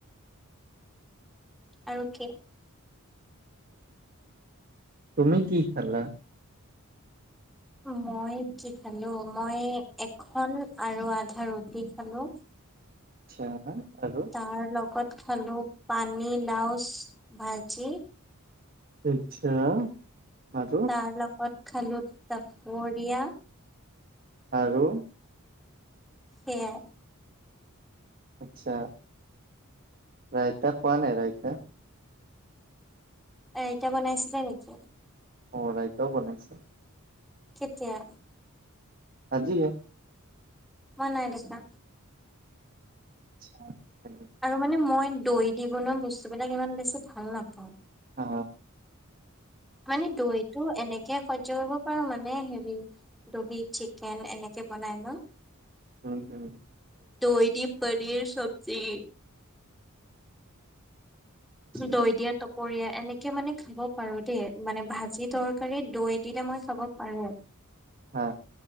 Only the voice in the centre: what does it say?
আৰু কি?
মই কি খালো মই এখন আৰু আধা ৰুটি খালো।
তাৰ লগত খালো পানী, লাওছ ভাজি
তাৰ লগত খালো পৰীয়া
সেয়াই।
এ এতিয়া বনাইছিলা নেকি?
কেতিয়া?
মই নাই দেখা
আৰু মানে মই। দৈ দি বনোৱা বস্তুবিলাক ইমান বেছি ভাল নাপাওঁ।
মানে দৈ টো এনেকে সহ্য কৰিব পাৰো মানে। মানে হেৰি দহি চিকেন এনেকে বনাই ন।
দৈ দি পনীৰ চবজি।
দৈ দিয়া টপৰিয়াই। এনেকে মানে খাব পাৰো দেই মানে ভাজি তৰকাৰী দৈ দিলে মই খাব পাৰো।